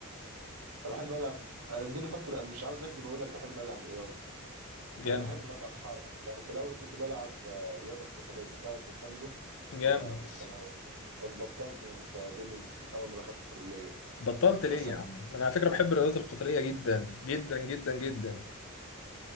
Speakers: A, on the right; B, on the left.
A: انا بحب العب انا دي لي فتره مش عاوز اكدب اقول لك بحب العب رياضه
B: جامد
A: انا بحب اتحرك يعني في الاول كنت بلعب آه، رياضه قتاليه كنت بلعب تايكواندو
B: جامد
A: وانا في الثانويه بس بطلت من فديني من اول ما دخلت الكليه
B: بطلت ليه
A: بس
B: يا عم انا على فكره بحب الرياضات القتاليه جدا جدا جدا جدا